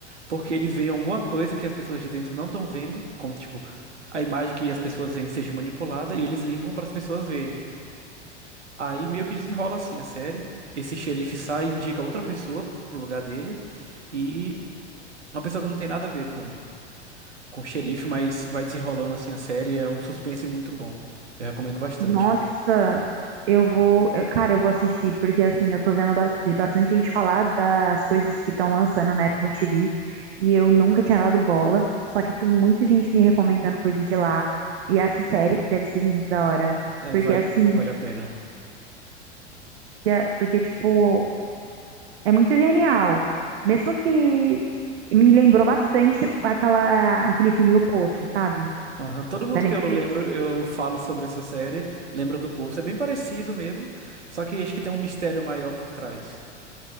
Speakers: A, on the right (about 75°); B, on the right (about 60°).
A: porque eles veem alguma coisa que as pessoas de dentro não estão vendo, como tipo, a imagem que as pessoas veem seja manipulada e eles limpam para as pessoas verem. Aí meio que desenrola assim a série. Esse xerife sai e indica outra pessoa pro lugar dele e uma pessoa que não tem nada a ver com com o xerife, mas vai desenrolando assim a série, é um suspense muito bom. Eu recomendo bastante.
B: Nossa, eu vou. eu- Cara, eu vou assistir, porque assim, eu tô vendo bas- de bastante gente falar das coisas que estão lançando na Apple TV e eu nunca tinha dado bola, só que tem muita gente me recomendando coisas de lá e essa série deve ser muito da hora,
A: É,
B: porque
A: vale,
B: assim,
A: vale a pena.
B: que é- porque tipo, é muito genial. Mesmo que me lembrou bastante aquela, aquele filme O Poço, sabe?
A: Aham, Todo mundo
B: Da Netflix.
A: que eu lembro, eu falo sobre essa série, lembra do Poço. É bem parecido mesmo, só que acho que tem um mistério maior por trás.